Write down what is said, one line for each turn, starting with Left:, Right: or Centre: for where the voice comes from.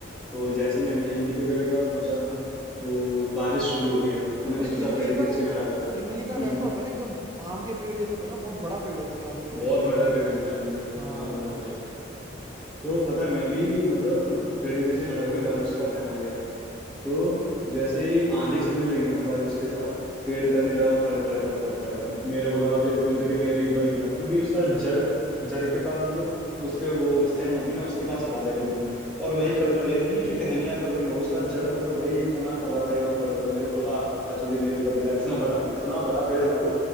Centre: तो जैसे ही मैं इम- इमली के पेड़ के पास पहुंचा ना तो बारिश शुरू
Right: हम्म।
Centre: हो गया ना तो मैंने
Right: अरे
Centre: सोचा
Right: इमली
Centre: पेड़ के
Right: का
Centre: नीचे खड़ा हो जाता हूँ
Right: इमली का वैसा
Centre: हम्म
Right: होता है ना एकदम आम के पेड़ जैसा होता है ना बहुत बड़ा पेड़ होता है जहां तक मेरे
Centre: बहुत
Right: को पता है
Centre: बड़ा
Right: इमली
Centre: पेड़
Right: का
Centre: होता है इमली का
Right: हाँ
Centre: बहुत बड़ा हो जाता है तो पता है मैं भी मतलब पेड़ के नीचे खड़ा हो गया बारिश का टाइम आ गया तो जैसे ही आंधी चलने लगी ना बारिश के साथ पेड़ करने लगा कड़ कड़ कड़ कड़ कड़ कड़ मेरे को लगा अब ये टूट के मेरे ऊपर गिरा क्योंकि उसका जड़ जड़ के पास मतलब उसके वो स्टेम होती है ना उसके पास खड़ा था एकदम में और वही
Right: हाँ
Centre: कड़कड़ ये नहीं है कि टहनियां कर रही हो उसका जड़ मतलब वही तना कर रहा था एकदम कड़कड़ मेरे को लगा आज तो ये मेरे ऊपर गिरा इतना बड़ा इतना बड़ा पेड़ ना वो